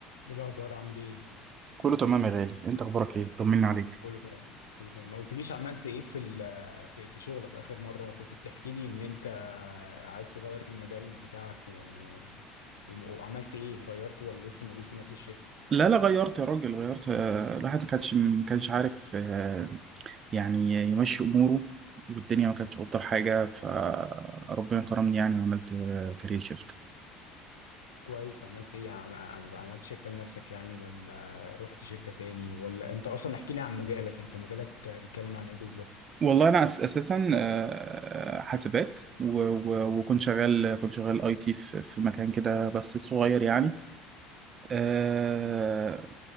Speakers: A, on the left; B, on the right.
A: ايه الاخبار عامل ايه
B: كله تمام يا غالي انت اخبارك ايه طمني عليك
A: كله تمام كله تمام ما قلتليش عملت ايه في ال- في في شغلك اخر مره كنت بتحكي لي ان انت عايز تغير المجال بتاعك و... و- وعملت ايه غيرته ولا لسه موجود في نفس الشركه
B: لا لا غيرت يا راجل غيرت آه، الواحد ما كانش ما كانش عارف آه، يعني يمشي اموره والدنيا ما كانتش افضل حاجه فربنا كرمني يعني وعملت آه، كارير شيفت
A: كويس عملت ايه عم... عم- عملت شركه لنفسك يعني ولا رحت شركه تاني ولا انت اصلا احكي لي عن مجالك انت مجالك بيتكلم عن ايه بالظبط
B: والله انا أس- اساسا آه، حاسبات و- و- وكنت شغال كنت شغال اي تي في في مكان كده بس صغير يعني آه،